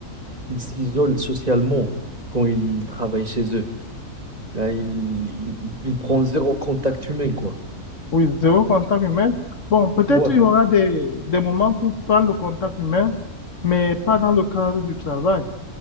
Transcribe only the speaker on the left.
oui, zéro contact humain. Bon, peut-être
il y aura des, des moments pour faire le contact humain, mais pas dans le cadre du travail.